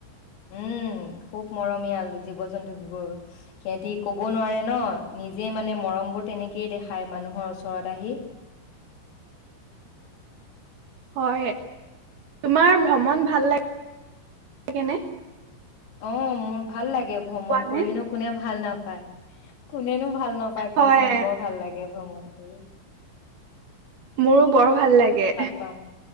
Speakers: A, on the left; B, on the right.
A: উম, খুব মৰমিয়াল জীৱ-জন্তুবোৰ, সিহঁতি ক'ব নোৱাৰে ন, নিজে মানে মৰমবোৰ তেনেকেই দেখাই মানুহৰ ওচৰত আহি।
B: হয়ে তোমাৰ ভ্ৰমণ ভাল লা এনে
A: অ', মোৰ ভাল লাগে, ভ্ৰমণ
B: নে?
A: কৰিনো কোনে ভাল নাপায়। কোনেনো ভাল নাপাই কোৱাচোন,?
B: হয়
A: বৰ ভাল লাগে ভ্ৰমণ। উ।
B: মোৰো বৰ ভাল লাগে।
A: পাওঁ।